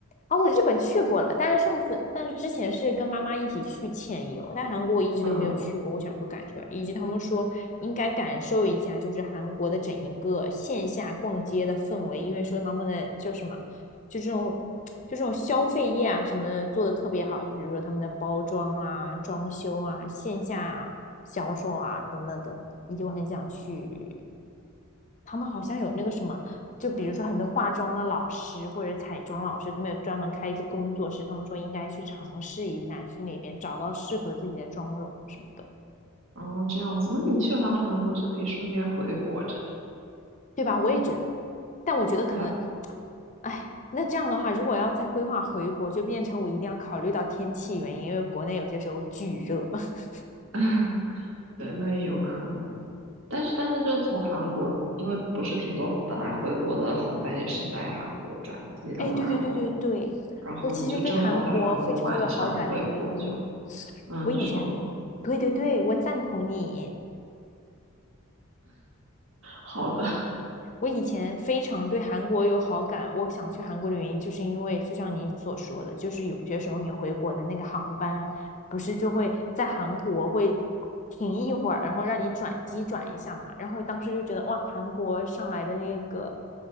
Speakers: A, on the left; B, on the right.
A: 啊、我日本去过了，但是上次，但是之前是跟妈妈一起去潜游，但韩国我一直都没有去过，
B: 嗯，
A: 我想去感受一下，以及他们说应该感受一下，就是韩国的整一个线下逛街的氛围，因为说他们的就什么，就这种就这种消费业啊什么的做的特别好，就比如说他们的包装啊、装修啊、线下销售啊等等等，等，以及我很想去他们好像有那个什么，就比如说很多化妆的老师或者彩妆老师，他们有专门开一个工作室，他们说应该去尝试一下，去那边找到适合自己的妆容什么的，
B: 哦，这样子，那你去完韩国就可以顺便回国之类的，
A: 对吧？我也觉得，但我觉得可能，
B: 对啊，
A: 哎，那这样的话，如果要再规划回国，就变成我一定要考虑到天气原因，因为国内有些时候巨热。<laughs>
B: <laughs> 对，那也有可能，但是但是就从韩国，因为不是挺多本来回国的航班也是在韩国转机的嘛，
A: 哎，对对对对对，
B: 然后然后你就正好在韩国玩一下回国就，
A: 我其实对韩国非常有好感的原因，
B: 嗯，
A: 我以前，
B: 你说
A: 对对对，我赞同你。
B: 好的。
A: 我以前非常对韩国有好感，我想去韩国的原因，就是因为就像你所说的，就是有些时候你回国的那个航班，不是就会在韩国会停一会儿，然后让你转机转一下嘛。然后我当时就觉得，哇，韩国上来的那个